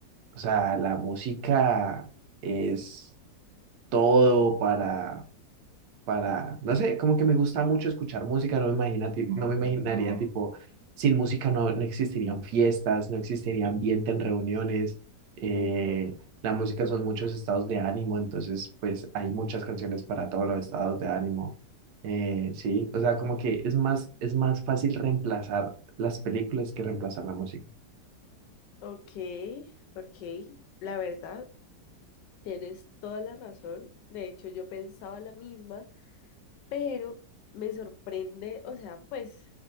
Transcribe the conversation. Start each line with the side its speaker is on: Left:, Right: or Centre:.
Right: o sea, la música es todo para para, no sé, como que me gusta mucho escuchar música, no me imagina, ti- no me imaginaría tipo, sin música no, no existirían fiestas, no existiría ambiente en reuniones, eh,
Left: Ajá.
Right: la música son muchos estados de ánimo, entonces pues hay muchas canciones para todos los estados de ánimo, eh, sí, o sea, como que es más, es más fácil reemplazar las películas que reemplazar la música.
Left: Ok, ok, la verdad, tienes toda la razón. De hecho, yo pensaba la misma pero me sorprende, o sea, pues